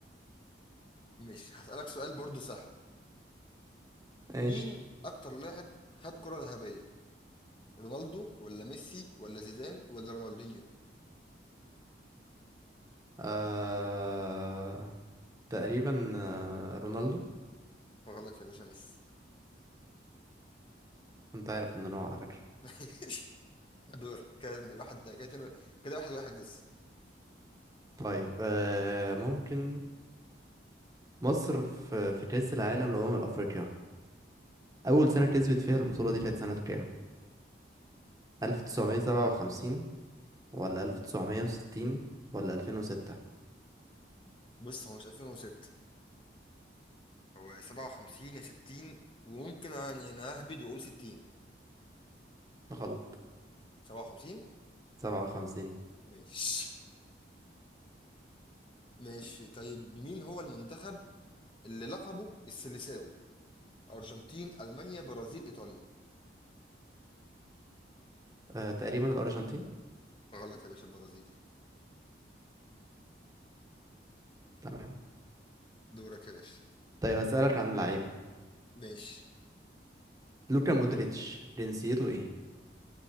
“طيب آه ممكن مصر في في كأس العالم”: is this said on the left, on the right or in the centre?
Right